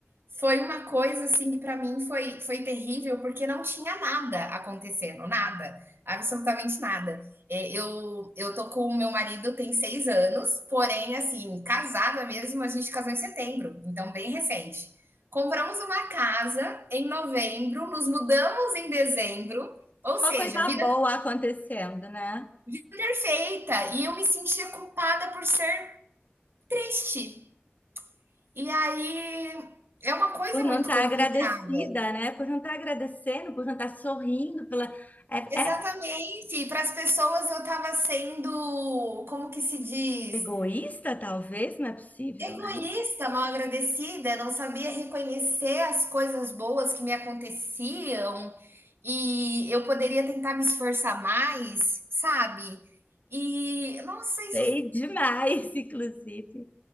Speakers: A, on the right; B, on the left.
A: foi uma coisa, assim, que para mim foi foi terrível, porque não tinha nada acontecendo, nada, absolutamente nada. É, Eu, eu tô com o meu marido tem seis anos, porém, assim, casada mesmo, a gente casou em setembro, então bem recente. Compramos uma casa em novembro, nos mudamos em dezembro, ou
B: Só
A: seja,
B: coisa
A: vida,
B: boa acontecendo, né?
A: vida perfeita. E eu me sentia culpada por ser triste. E aí é uma coisa
B: Por não
A: muito
B: estar
A: complicada.
B: agradecida, né? Por não estar agradecendo, por não estar sorrindo pela. É,
A: Exatamente. Para as pessoas eu tava sendo, como que se diz?
B: é egoísta, talvez, não é possível.
A: Egoísta,
B: Ai,
A: mal agradecida, não sabia reconhecer as coisas boas que me aconteciam e eu poderia tentar me esforçar mais, sabe? E nossa, isso
B: Sei demais, <laughs> inclusive.